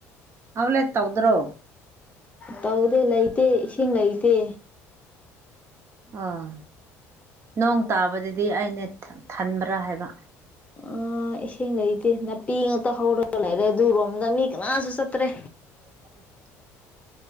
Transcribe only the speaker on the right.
ꯍꯥꯎ ꯂꯦꯠ ꯇꯧꯗ꯭ꯔꯣ
ꯑꯣ ꯅꯣꯡ ꯇꯥꯕꯗꯗꯤ ꯑꯩꯅꯦ ꯊꯟꯕ꯭ꯔꯥ ꯍꯥꯏꯕ
<inaudible>